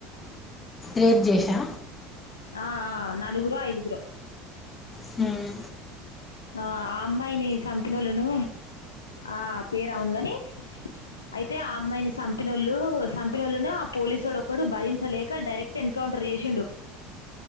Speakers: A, on the left (about 25°); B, on the left (about 80°).
A: రేప్ జేషా
B: ఆ ఆ నాలుగురో ఐదుగురో
A: హూ
B: ఆ ఆ అమ్మాయిని సంపినోళ్ళను ఆ పేరు అవును గాని అయితే ఆ అమ్మాయిని సంపినోళ్ళు సంపినోళ్ళను ఆ పోలీసోడు ఒక్కడు భరించలేక డైరెక్ట్ ఎన్కౌంటర్ చేషిండు